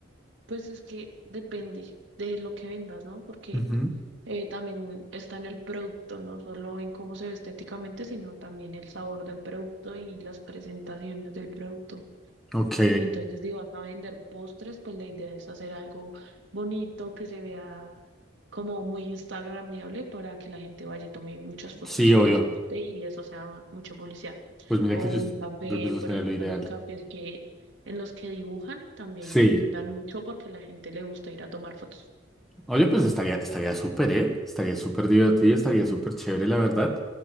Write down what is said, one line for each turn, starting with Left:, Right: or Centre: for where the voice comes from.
Right: Pues es que depende de lo que vendas, ¿no? Porque
Centre: Ujú.
Right: eh, también está en el producto, no solo en cómo se ve estéticamente, sino también el sabor del producto y las presentaciones del producto.
Centre: Ok,
Right: Entonces, si vas a vender postres, pues la idea es hacer algo bonito, que se vea como muy instagramable para que la gente vaya y tome muchas fotos
Centre: sí,
Right: y
Centre: obvio.
Right: les guste y eso sea mucha publicidad.
Centre: Pues mira
Right: O
Centre: que yo
Right: un café,
Centre: creo que eso
Right: por
Centre: sería
Right: ejemplo,
Centre: lo ideal.
Right: los cafés que en los que dibujan también
Centre: Sí,
Right: dan mucho porque a la gente le gusta ir a tomar fotos.
Centre: oye, pues estaría, estaría súper, ¿eh? Estaría súper divertido, estaría súper chévere, la verdad.